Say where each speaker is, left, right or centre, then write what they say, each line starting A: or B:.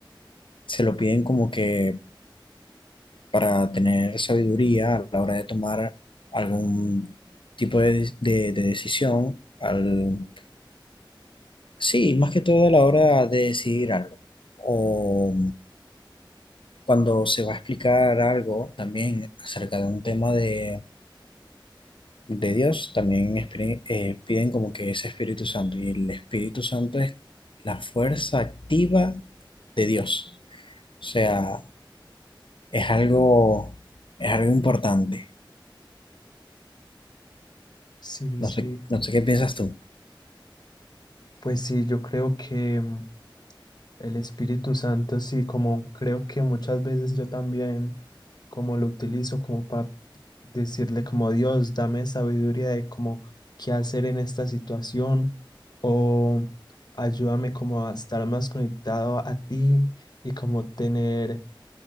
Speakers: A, on the left; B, on the left.
A: se lo piden como que para tener sabiduría a la hora de tomar algún tipo de, de- de decisión, al, sí, más que todo a la hora de decidir algo. O cuando se va a explicar algo también acerca de un tema de de Dios, también espri- eh, piden como que ese Espíritu Santo. Y el Espíritu Santo es la fuerza activa de Dios. O sea, es algo, es algo importante.
B: Sí, sí,
A: No sé, no sé qué piensas tú.
B: pues sí, yo creo que mm, el Espíritu Santo, sí, como creo que muchas veces yo también, como lo utilizo como para decirle como Dios, dame sabiduría de cómo qué hacer en esta situación o ayúdame como a estar más conectado a ti y como tener